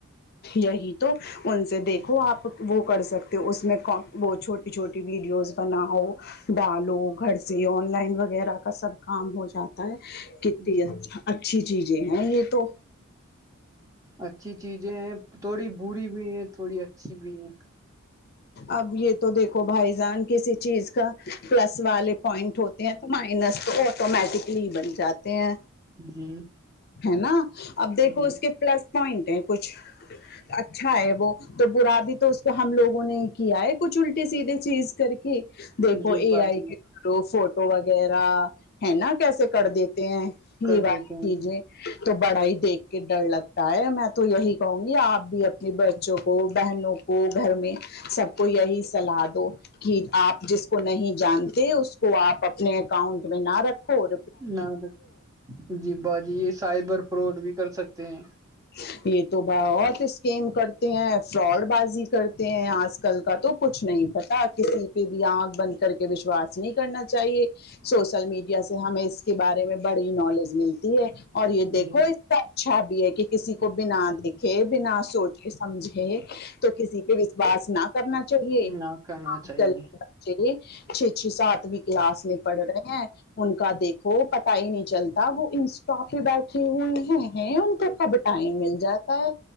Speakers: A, on the left (about 50°); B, on the right (about 15°).
A: یہی تو ان سے دیکھو آپ وہ کر سکتے ہو اسس میں وہ چھوٹی چھوٹی ویڈیوز بناؤ ڈالو گھر سے آن لائن وغیرہ کا سب کام ہو جاتا ہے تی
B: جی
A: ہے اچھی چیزیں ہیں یہ تو
B: اچھی چیزیں ہیں تھوڑی بری بھی ہے تھوڑی اچھی بھی ہے
A: اب یہ تو دیکھو بھائی جان کسی چیز کا پلس والے پوائنٹ ہوتا تو مائنس تو آٹومیٹکلی بن جاتے ہیں
B: جی
A: ہے نا اب دیکھو
B: جی
A: اس کے پلس پوائنٹ ہیں کچھ اچھا ہے وہ تو برا بھی تو اس کو ہم لوگوں نے ہی کیا ہے کچھ الٹی سیدھے چیز کر کے دیکھو
B: جی
A: یہ
B: باجی
A: آ ہی کہ تو فوٹو وغیرہ ہے نا کیسے کر دیتے ہیں
B: کر
A: یہ والی
B: دیتے ہیں
A: چیزیں تو بڑا ہی دیکھ کے ڈر لگتا ہے میں تو یہی کہوں گی آپ بھی اپنے بچوں کو بہنوں کو وہ گھر میں سب کو یہی صلاح دو کہ آپ جس کو نہیں جانتے اس کو آپ اپنے اکاؤنٹ میں نہ رکھو اور
B: نہ تو جی باجی یہ سائبر فراڈ بھی کر سکتے ہیں
A: <inaudible> یہ تو بہت اسکیم کرتے ہیں فراڈ بازی کرتے ہیں آج کل کا تو کچھ نہیں پتا کسی پہ بھی آنکھ بند کر کے وشواس نہیں کرنا چاہیے سوشل میڈیا سے ہمیں اس کے بارے میں بڑی نالج ملتی ہے اور یہ دیکھو
B: جی
A: اس کا اچھا بھی ہے کہ کسی کو بنا دیکھ بنا سوچے سمجھے تو کسی پہ وشواس نہ کرنا چلیےج
B: نہ کرنا چاہیے
A: کل بچے چھے چھے سات بھی کلاس میں پڑھ رہے ہیں ان کا دیکھو پتا ہی نہیں چلتا وہ ان کافی بیٹھے ہوئے ہیں ان کو کب ٹائم مل جاتا ہے